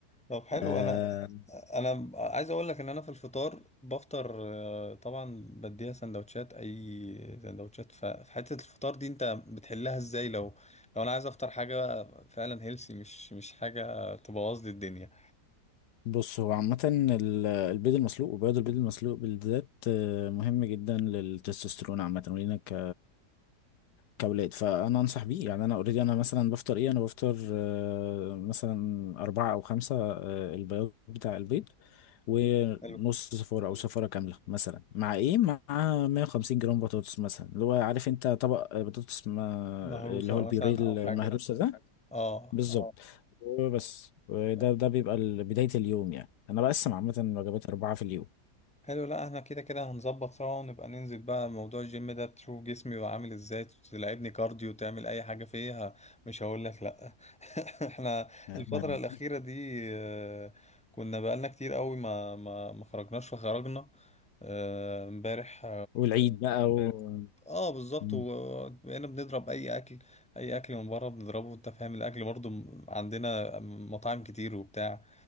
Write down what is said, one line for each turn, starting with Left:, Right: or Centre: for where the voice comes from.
Centre: طب حلو
Left: آه،
Centre: انا انا عايز اقول لك ان انا في الفطار بفطر آه، طبعا بديها سندوتشات اي سندوتشات ف- في حته الفطار دي انت بتحلها ازاي لو لو انا عايز افطر حاجه فعلا هيلسي مش مش حاجه تبوظ لي الدنيا
Left: بص هو عامة ال- البيض المسلوق وبياض البيض المسلوق بالذات آه، مهم جدا للتستوستيرون عامة ولينا ك كأولاد فأنا أنصح بيه يعني أنا أوريدي أنا مثلا بفطر إيه أنا بفطر آه، مثلا أربعة أو خمسة آه، البياض بتاع البيض ونص
Centre: حلو
Left: صفارة أو صفارة كاملة مثلا مع إيه مع 150 جرام بطاطس مثلا اللي هو عارف أنت طبق بطاطس ما
Centre: مهروسه
Left: اللي هو البيوريه
Centre: مثلا
Left: المهروسة
Centre: او حاجه
Left: ده
Centre: اه
Left: بالظبط
Centre: اه
Left: وبس ده
Centre: آه.
Left: ده بيبقى ال- بداية اليوم يعني أنا بقسم عامة الوجبات أربعة في اليوم
Centre: حلو لا احنا كده كده هنظبط سوا ونبقى ننزل بقى موضوع الجيم ده تشوف جسمي بقى عامل ازاي تلعبني كارديو تعمل اي حاجة فيها مش هقول لك لا <laughs> احنا
Left: يعني
Centre: الفترة الأخيرة دي آه، كنا بقالنا كتير قوي ما ما ما خرجناش فخرجنا آه، امبارح
Left: والعيد بقى تمام و
Centre: اه بالظبط
Left: مم.
Centre: وبقينا بنضرب اي اكل اي اكل من بره بنضربه انت فاهم الاكل برضو م- عندنا مطاعم كتير وبتاع